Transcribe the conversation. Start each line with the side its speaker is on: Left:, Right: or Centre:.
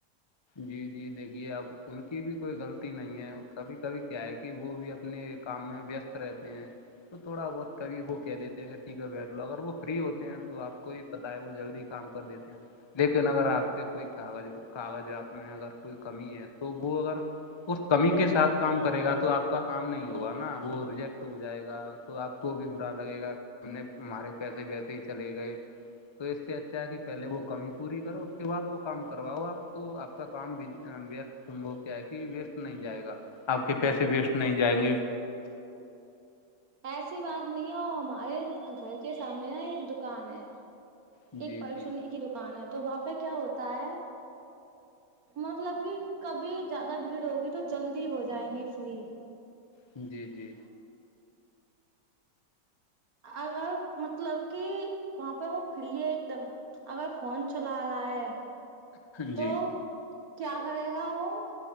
Left: جی جی دیکھیے اب ان کی بھی کوئی غلطی نہیں ہے کبھی کبھی کیا ہے کہ وہ بھی اپنے کام میں وست رہتے ہیں تو تھوڑا بہت کبھی وہ کہہ دیتے ہیں کہ ٹھیک ہے بیٹھ لو اگر وہ فری ہوتے ہیں تو آپ کو بھی بتا ہے وہ جلدی کام کر دیتے ہیں لیکن اگر آپ کے کوئی کاغذ کاغذ پ آپ میں اگر کوئی کمی ہے تو وہ اگر اس کمی کے ساتھ کام کرے گا تو آپ کا کام نہیں ہوگا نا وہ ریجیکٹ ہو جائے گا تو آپ کو بھی برا لگے گا ہم نے ہمارے پیسے ویسے ہی چلے گئے تو اس سے اچھا ہے کہ پہلے وہ کمی پوری کرو اس کے بعد وہ کام کرواؤ آپ تو آپ کا کام کیا ہے کہ ویسٹ نہیں جائے گا آپ کے پیسے ویسٹ نہیں جائیں گے
Right: ایسی بات نہیں ہے ہمارے گھر کے سامنے نا ایک دکان ہے
Left: جی
Right: ایک پر
Left: جی
Right: چونے کی دکان ہے تو وہاں پہ کیا ہوتا ہے مطلب کہ کبھی زیادہ بھیڑ ہوگی تو جلدی ہو جائیں گے فلی-
Left: جی -جی
Right: اگر مطلب کہ وہاں پہ وہ فری ہے ایک دم- اگر فون چلا رہا ہے
Left: جی
Right: تو کیا کرے گا وہ-